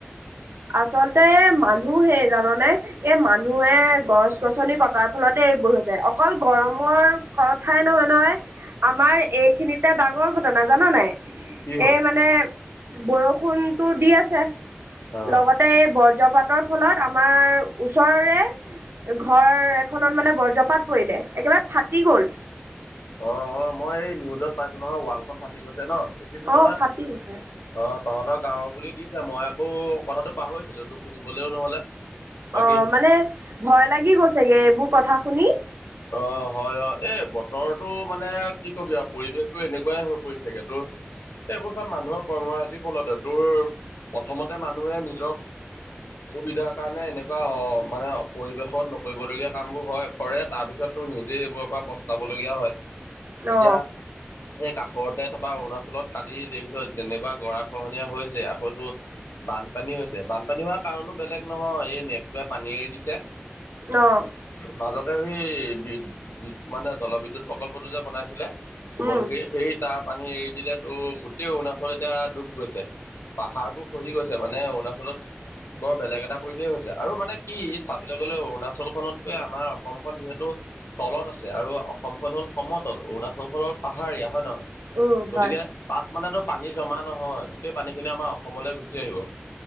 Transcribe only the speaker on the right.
আচলতে মানুহ হেই জাননে? এ, মানুহে গছ গছনি কটাৰ ফলতে এইবোৰ হৈছে। অকল গৰমৰ কথাই নহয়, নহয়। আমাৰ এইখিনিতে ডাঙৰ ঘটনা জান নাই?
এ, মানে বৰষুণটো দি আছে।
লগতে এই বজ্ৰপাতৰ ফলত আমাৰ ওচৰৰে ঘৰ এখনত মানে বজ্ৰপাত পৰিলে। একেবাৰে ফাটি গল।
অ
ফাটি গৈছে
অ', মানে ভয় লাগি গৈছেগে এইবোৰ কথা শুনি।
অ
অ'।
উম
উম
হয়